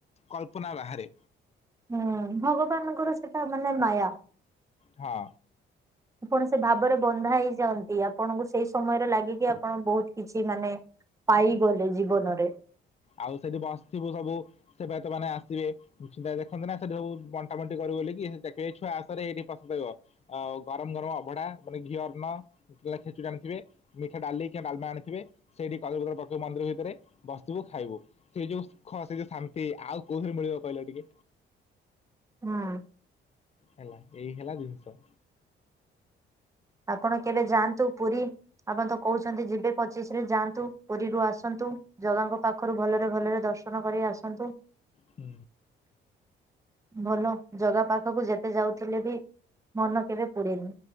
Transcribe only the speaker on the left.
କଳ୍ପନା ବାହାରେ।
ହଁ।
ଆଉ ସେଠି ବସଥିବୁ ସବୁ। ସେବାୟକ ମାନେ ଆସିବେ ନିଶ୍ଚିନ୍ତା ଦେଖନ୍ନ୍ତି ନା ସେଠେ ଯୋଉ ବଣ୍ଟା ବଣ୍ଟି କରୁ ବୋଲିକି <unintelligible> ଦେ ଏ ଛୁଆ ଆସରେ ଏଇଠି ପ୍ରସାଦ କରିବ ଆଉ ଗରମ୍ ଗରମ୍ ଅଭଢା ମାନେ ଘିଅ ଅର୍ଣ୍ଣ। ଖେଚୁଡା ଖେଚୁଡ଼ି ଅଣିଥିବେ। ମିଠା ଡାଲି କିମ୍ବା ଡାଲ୍ମା ଆଣିଥିବେ ସେଇଠି କଦଳିପତର ପକେଇବୁ ମନ୍ଦିର ଭିତେରେ ବସ୍ଥିବୁ ଖାଇବୁ। ସେ ଯୋଉ ସୁଖ ସେ ଯୋଉ ଶାନ୍ତି ଆଉ କୋଉଥିରେ ମିଳିବ କହିଲ ଟିକେ।
ହେଲା ଏଇ ହେଲା ଜିନଷ।
ହୁଁ।